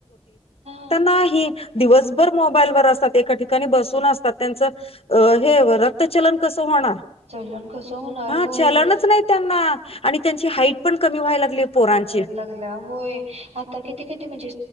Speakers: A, on the right; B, on the left.
A: हा
B: ह दिवसभर मोबाईलवरर असतात एका ठिकाणी बसून असतात त्यांच अ हे रक्तचलन कसं होणार
A: चलन कसं होणार
B: हा
A: होय
B: चलनच नाही त्यांना आणि त्यांची हाईट पण कमी व्हायला लागली
A: कमी
B: पोरांची
A: व्हायला लागल्या होय आता किती किती म्हणजे